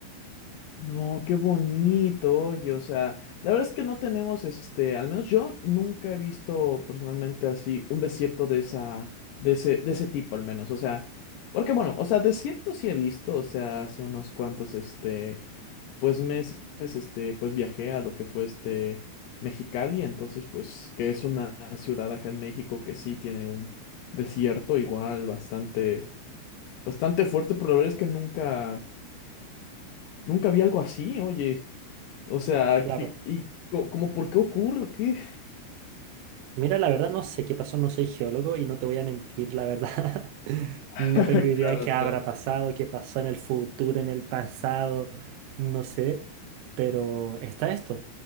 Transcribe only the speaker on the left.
No, qué bonito, oye, o sea, la verdad es que no tenemos, este, al menos yo nunca he visto personalmente así un desierto de esa, de ese, de ese tipo al menos, o sea, porque bueno, o sea, desierto sí he visto, o sea, hace unos cuantos, este, pues meses, este, pues viajé a lo que fue este Mexicali, entonces, pues, que es una ciudad acá en México que sí tiene un desierto igual bastante, bastante fuerte, pero la verdad es que nunca Nunca vi algo así, oye. O sea,
¿qué- ¿y co- como por qué ocurre o qué?
<laughs>
Claro,
claro.